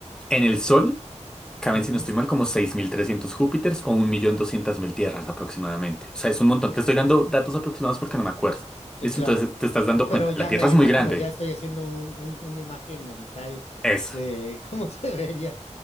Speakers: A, in the centre; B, on the left.
A: En el Sol caben,
B: Ujú,
A: si no estoy mal, como 6300 Júpiters o 1.200.000 tierras aproximadamente. O sea, es un montón. Te estoy dando datos aproximados porque no me acuerdo.
B: Sí,
A: ¿Listo?
B: claro.
A: Entonces te estás dando
B: Pero
A: cuenta.
B: ya
A: La Tierra
B: me lo
A: es
B: imagino,
A: muy grande.
B: ya estoy haciendo un, un- una imagen mental
A: Eso.
B: de cómo <laughs> se vería.